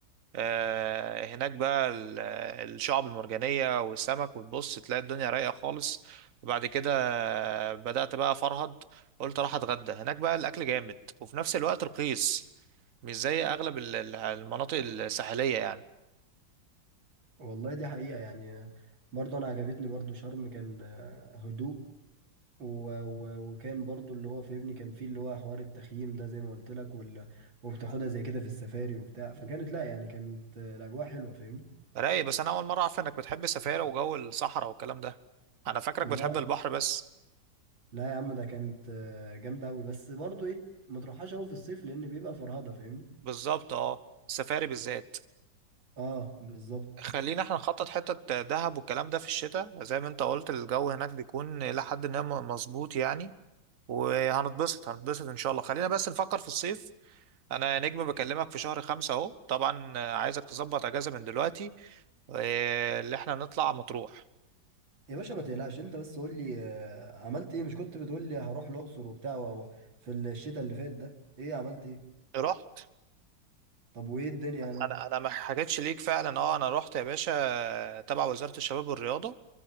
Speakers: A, on the right; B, on the right.
A: آه، هناك بقى ال- الشعب المرجانية والسمك وتبص تلاقي الدنيا رايقة خالص وبعد كده بدأت بقى أفرهد قلت أروح أتغدى هناك بقى الأكل جامد وفي نفس الوقت رخيص مش زي أغلب ال- ال- المناطق الساحلية يعني
B: والله دي حقيقة يعني برضه أنا عجبتني برضه شرم كان آه، هدوء و... و... وكان برضه اللي هو فاهمني كان فيه اللي هو حوار التخييم ده زي ما قلت لك وال... وبتاخدها زي كده في السفاري وبتاع فكانت لا يعني كانت آه، الأجواء حلوة فاهمني
A: رايق بس أنا أول مرة أعرف إنك بتحب السفاري وجو الصحراء والكلام ده أنا فاكرك
B: لا
A: بتحب البحر بس
B: لا يا عم ده كانت آه، جامدة أوي بس برضه إيه ما تروحهاش أوي في الصيف لأن بيبقى فرهضة فاهمني
A: بالظبط أه السفاري بالذات
B: أه بالظبط
A: خلينا احنا نخطط حتة دهب والكلام ده في الشتاء زي ما انت قلت الجو هناك بيكون لحد ما مظبوط يعني وهنتبسط هنتبسط ان شاء الله خلينا بس نفكر في الصيف انا يا نجم بكلمك في شهر خمسة اهو طبعا آه، عايزك تظبط اجازة من دلوقتي آه، اللي احنا نطلع مطروح
B: يا باشا ما تقلقش أنت بس قول لي آه، عملت إيه مش كنت بتقول لي هروح الأقصر وبتاع و... في الشتاء اللي فات ده إيه عملت إيه
A: رحت
B: طب وإيه الدنيا هناك
A: انا انا ما حكيتش ليك فعلا اه انا رحت يا باشا آه، تبع وزارة الشباب والرياضة